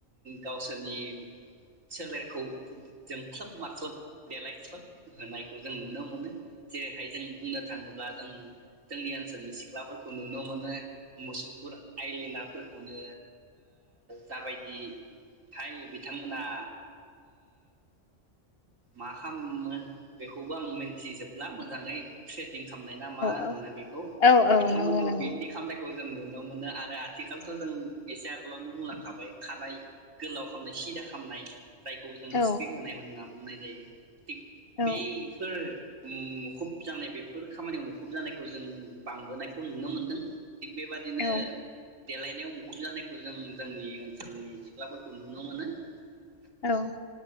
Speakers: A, on the right; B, on the left.
A: गावसोरनि सोलेरखौ जोंख्लोब माख्लोब देलायख्लोब होनायखौ जों नुनो मोनो जेरैहाय जों बुंनो थाङोब्ला जों जोंनि ओनसोलनि सिख्लाफोरखौ नुनो मोनो मुसौफुर आइलेनारफोरखौनो जाबायदिहाय बिथांमोनहा मा खालामो बेखौबो आं मिन्थिजोबला मोजाङै फ्रे खालामनाय ना मा
B: औ
A: होननो बेखौ
B: औ
A: बिथांमोनखौ
B: नंगौ नंगौ
A: बिदि खालाम जों नुनो मोनो आरो आथिखालथ' जों एसे आगोलावनो बुंलांखाबाय खानाय गोलाव खालामनाय सिदा खालामनाय जायखौ जों
B: औ
A: स्टिक होनाय होन्ना बुंनाय जायो। थिग
B: औ
A: बैफोर मुं मुखुब जानाय बेफोर खामानियाव मुखुब जानायखौ जों बांबोनायखौ नुनो मोनदों। थिग बेबादिनो
B: औ
A: देलायनायाव मुखुब जानायखौ जों जोंनि ओनसोलनि सिख्लाफोरखौ नुनो मोनो ।
B: औ ।